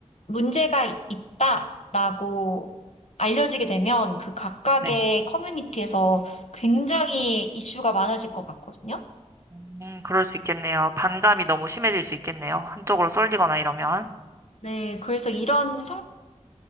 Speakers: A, on the left; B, on the right.
A: 문제가 있다라고 알려지게 되면 그 각각의
B: 네.
A: 커뮤니티에서 굉장히 이슈가 많아질 것 같거든요.
B: 음, 그럴 수 있겠네요. 반감이 너무 심해질 수 있겠네요. 한쪽으로 쏠리거나 이러면.
A: 네, 그래서 이런